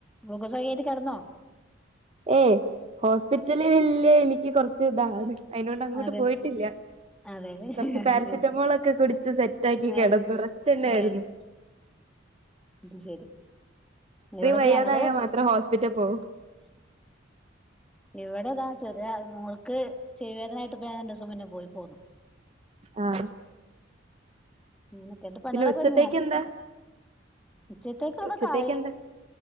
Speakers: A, in the centre; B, on the right (about 30°).
A: ഗ്ലുക്കോ <unintelligible> ട്ട് കെടന്നോ
B: ഏയ് ഹോസ്പിറ്റല് ലിലെ എനിക്ക് കുറച്ച് ഇതാണ് അയിനോണ്ട് അങ്ങോട്ട്
A: അതെ
B: പോയിട്ടില്ല
A: അതെ
B: കൊറച്ച്
A: അത്
B: പാരസെറ്റമോളൊക്കെ
A: ശരി
B: കുടിച്ച് സെറ്റ് ആക്കി
A: ഏ
B: കെടന്നു റെസ്റ്റ്ന്നെ
A: ഏ
B: ആയിരുന്നു
A: അത് ശരി ഇവിടിപ്പ
B: വയ്യാതായാൽ
A: ഞങ്ങള്
B: മാത്രം ഹോസ്പിറ്റൽ പോവും
A: ഇവിടെതാ ചെറിയ മോൾക്ക് ചെവി വേദനായിട്ട് ഇപ്പ ഞാൻ രണ്ടുസം മുന്നേ പോയി പോന്നു
B: ആഹ്
A: ഉം <unintelligible> പണികളൊക്കെ
B: പിന്നെ ഉച്ചത്തേക്ക്
A: ഒതുങ്ങിയ
B: എന്താ
A: ഉച്ചത്തേക്കുള്ളതൊക്കായി
B: ഉച്ചത്തേക്ക് എന്താ